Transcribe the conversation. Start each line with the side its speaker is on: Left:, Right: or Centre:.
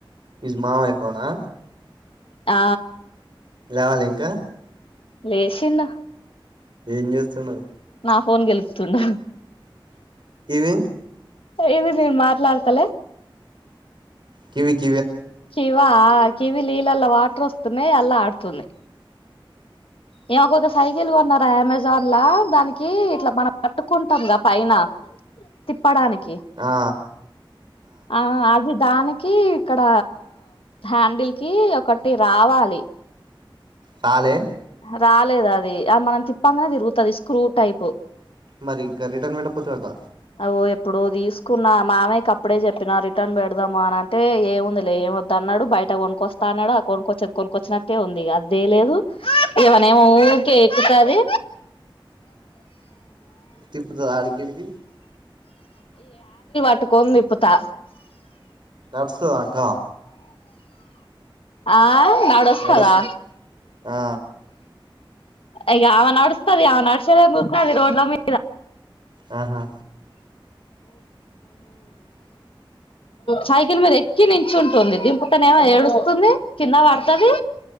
Right: ఈజ్ మామయ పోనా
Left: ఆ
Right: లేవలే ఇంకా
Left: లేషిన్న
Right: ఏం జేస్తున్నావ్
Left: నా ఫోన్ గెలుకుతుండు
Right: ఇవి
Left: ఇది నేను మాట్లాడతలే
Right: కివికి
Left: కివా కివి నీళ్లలా వాటర్ వస్తున్నయి అల్లా ఆడుతుంది ఇమేకు ఒక సైకిల్ కొన్నారా అమెజాన్ లా దానికి ఇట్లా మనం పట్టుకుంటాం పైన తిప్పడానికి
Right: ఆ
Left: ఆ అది దాని కి ఇక్కడ హ్యాండిల్ కి ఒకటి రావాలి
Right: తాలే
Left: రాలేదు అది అది మనం తిప్పంగానే తిరుగుతది స్క్రూ టైప్
Right: మరి ఇంకా రిటర్న్ పెట్టపోతీవక్క
Left: అగో ఎప్పుడో తీసుకున్నా మామయకి అప్పుడే చెప్పిన రిటర్న్ పెడదాము అని అంటే ఏంముంది లే ఏం వదు అన్నాడు బ బయట కొనుకొస్తా అన్నాడు ఆ కొనుకొచ్చ కొనుకొచ్చినట్టే ఉంది ఇగ అది తేలేదు ఇవనేమో ఊకె ఎక్కుతది
Right: తిప్పుతద ఆడికిడికి
Left: పటుకోని తిప్పుతా
Right: వస్తాదక్క
Left: ఆ నడుస్తదా
Right: నడుస్ ఆ
Left: ఇగ ఆమె నడుస్తది అమే నడుసేదెందో ఉరుకుతంది రోడ్ల మీ
Right: ఆహా
Left: సైకిల్ మీద ఎక్కి నించుంటుంది దింపుతనేమో ఏడు తుంది కింద పడుతది